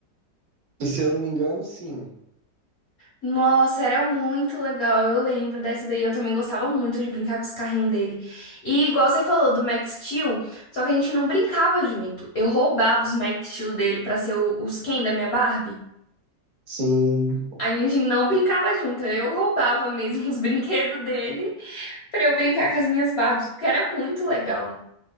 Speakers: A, on the right; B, on the left.
A: Se eu não me engano, sim.
B: Nossa, era muito legal. Eu lembro dessa daí. Eu também gostava muito de brincar com os carrinhos dele. E igual você falou do Max Steel, só que a gente não brincava junto. Eu roubava os Max Steel dele pra ser o- os Ken da minha Barbie.
A: Sim,
B: A gente não brincava junto. Eu roubava mesmo <laughs> os brinquedos dele pra eu brincar com as minhas Barbies, porque era muito legal.